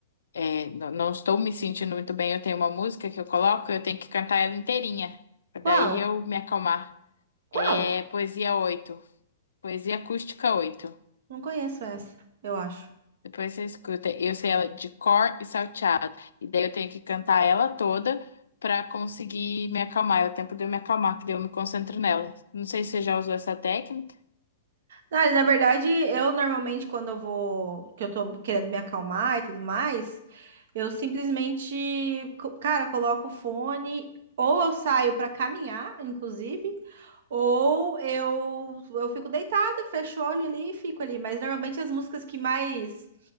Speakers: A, on the left; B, on the right.
A: É, n- não estou me sentindo muito bem. Eu tenho uma música que eu coloco, eu tenho que cantar ela inteirinha, pra
B: Qual?
A: daí eu me acalmar.
B: Qual?
A: É Poesia oito, Poesia Acústica oito.
B: Não conheço essa, eu acho.
A: Depois você escuta, eu sei ela de cor e salteado. E daí eu tenho que cantar ela toda pra conseguir me acalmar. É o tempo de eu me acalmar, que daí eu me concentro nela. Não sei se você já usou essa técnica.
B: Ah, na verdade, eu normalmente quando eu vou, que eu tô querendo me acalmar e tudo mais, eu simplesmente, co- cara, coloco o fone, ou eu saio pra caminhar, inclusive, ou eu eu fico deitada, fecho o olho ali e fico ali, mas normalmente as músicas que mais